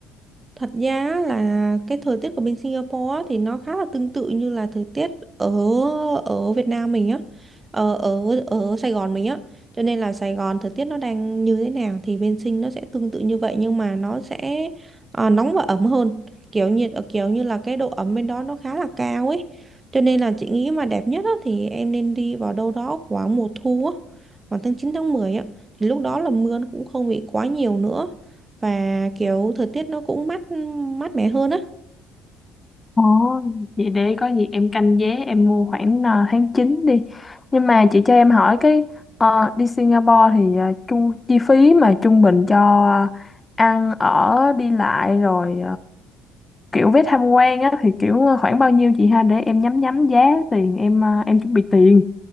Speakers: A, on the right; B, on the left.
A: Thật ra á là cái thời tiết của bên Singapore á thì nó khá là tương tự như là thời tiết ở ở Việt Nam mình á, ở ở ở Sài Gòn mình á. Cho nên là Sài Gòn thời tiết nó đang như thế nào thì bên Sing nó sẽ tương tự như vậy nhưng mà nó sẽ à, nóng và ấm hơn. Kiểu nhiệt ở kiểu như là cái độ ẩm bên đó nó khá là cao ấy. Cho nên là chị nghĩ mà đẹp nhất á thì em nên đi vào đâu đó khoảng mùa thu á, khoảng tháng 9 tháng 10 á thì lúc đó là mưa nó cũng không bị quá nhiều nữa và kiểu thời tiết nó cũng mát mát mẻ hơn á
B: Ồ, vậy để có gì em canh vé em mua khoảng ờ, tháng 9 đi. Nhưng mà chị cho em hỏi cái ờ, đi Singapore thì ờ, chu chi phí mà trung bình cho ờ, ăn ở đi lại rồi kiểu vé tham quan á thì kiểu ờ, khoảng bao nhiêu chị ha để em nhắm nhắm giá tiền em ờ, em chuẩn bị tiền